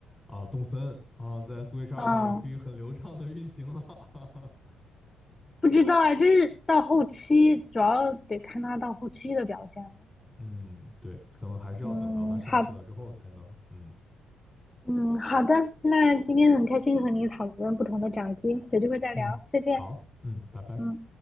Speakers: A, in the centre; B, on the left.
A: 啊，动森啊，在 Switch 二上也可以很流畅的运行了。
B: 哦。不知道哎，就是到后期主要得看他到后期的表现了。
A: 嗯，对，可能还是要等到它上市了之后才能，
B: 嗯，好，
A: 嗯
B: 嗯，好的，那今天很开心和你讨论不同的掌机，有机会再聊，
A: 嗯，
B: 再见。
A: 好，嗯，拜拜。
B: 嗯。